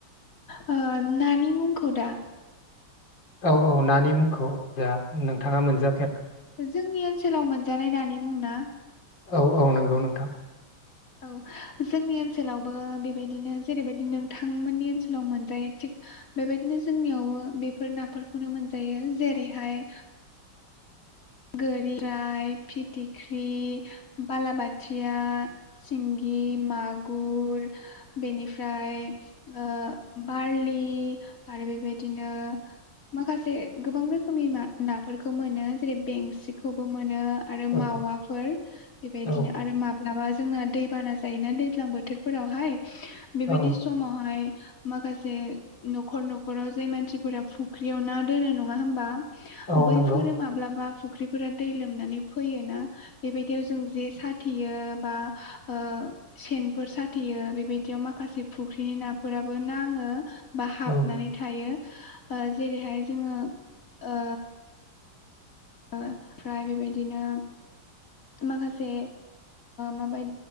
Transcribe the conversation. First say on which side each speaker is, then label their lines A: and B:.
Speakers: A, on the left (about 45°); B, on the left (about 90°).
A: ओ नानि मुंखौ दा
B: औ औ नानि मुंखौ जा नोंथाङा मोनजा
A: ओ जोंनि ओनसोलाव मोन जानाय नानि मुं ना
B: औ औ नंगौ नोंथां
A: औ हा जोंनि ओनसोलावबो बेबायदिनो जेरैबायदि नोंथांमोननि ओनसोलाव मोनजायो थिग हा बेबायदिनो जोंनियावबो बेफोर नाफोरखौनो मोनजायो हा जेरैहाय गोरिराय फिथिख्रि हा बालाबाथिया सिंगि मागुर हो बेनिफ्राय ओ बारलि हो आरो बेबायदिनो माखासे गोबां रोखोमनि ना नाफोरखौ मोनो आरो बेंसिखौबो मोनो आरो
B: औ
A: मावाफोर बेबायदिनो
B: औ
A: आरो माब्लाबा। जोंना दैबाना जायोना दैज्लां बोथोरफोरावहाय। <unintelligible> बेबायदि
B: औ
A: समावहाय। हा माखासे न'खर न'खराव जाय मानसिफोरा फुख्रियाव ना दोनो नङा होमबा।
B: औ
A: <unintelligible> बैफोरो
B: नंगौ
A: माब्लाबा। फुख्रिफोरा दै लोमनानै फैयो ना ह बेबायदियाव जों जे साथेयो बा ह ओ सेनफोर साथेयो बेबायदियाव माखासे फुख्रिनि नाफोराबो नाङो। बा हाबनानै
B: औ
A: थायो। ह ओ जेरैहाय जोङो ओ। ओ फ्राय बेबायदिनो माखासे माबाय